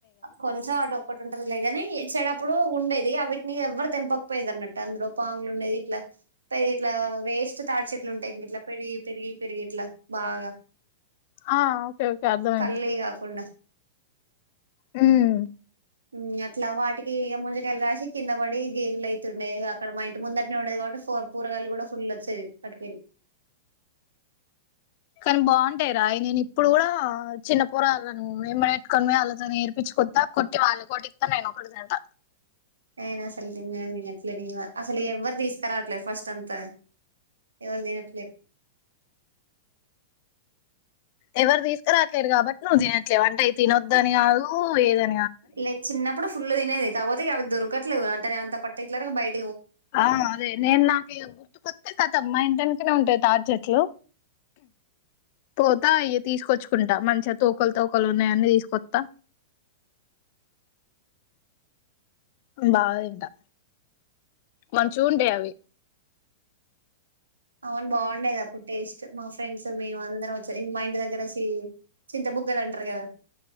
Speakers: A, on the right; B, on the left.
A: కొంచెం అటు ఒక్కటి ఉంటది లేగ కానీ చెడప్పుడు ఉండేది ఆవిటిని ఎవ్వరు తెంపకపోయేది అన్నట్ట అందులో పాములు ఉన్నాయి ఇట్లా పె ఇట్లా వేస్ట్ తాడిచేట్లు ఉంటాయి ఇట్లా పెరిగి పెరిగి పెరిగి ఇట్లా బాగా
B: ఆ ఓకే ఓకే అర్థమైంది
A: కళ్ళయి కాకుండా
B: ఉమ్
A: ఉమ్ అట్లా వాటికి ఇగ ముంజకాయలు కాసి కింద పడి గేగులు అయితుండే అక్కడ మా ఇంటి ముందట్నే ఉండేది కాబట్టి కూరగాయలు కూడా ఫుల్ వచ్చేది అటికెల్లీ
B: కానీ బాగుంటాయి రా ఈ నేను ఇప్పుడు కూడా చిన్న పొరగాళ్ళని మేము ఎత్తుకొనిపోయి వాళ్ళతోని ఏరించుకొని కొత్త కొటై వాళ్ళం కోటిస్తా నేను ఒకటి తింట
A: నేన్ అసలు తిన్నె తినన్ అలు అసలు ఎవరు తీస్ కరవట్లేదు ఫస్ట్ అంత ఎవరు తినట్లే
B: ఎవరు తీసుకురాట్లేదు కాబట్టి నువ్వు తినట్లేవు అంటే తినొద్దుని కాదు ఏదన్
A: లే చిన్నప్పుడు ఫుల్ తినేది కాబపోతే ఇగ అవి దొరకట్లేదు అంటే నేను అంత పర్టిలర్గా బయట్
B: ఆ అదే నేను నాకి ఇగా గుర్తుకోతే కతమ్ మా ఇంట పక్కనే ఉంటాయి తాడి చెెట్లు పోతా ఇగ తీసుకొచ్చుకుంటా మంచిగా తోకలు తోకలు ఉన్నాయని తీసుకొస్తా బాగా తింటా మంచూ ఉండే అవి
A: అవును బాగుండేది అప్పుడు టేస్ట్ మా ఫ్రెండ్స్ మేము అందరం వచ్చ మా ఇంటి దగ్గర సి చింత బుగ్గలు అంటరు గదా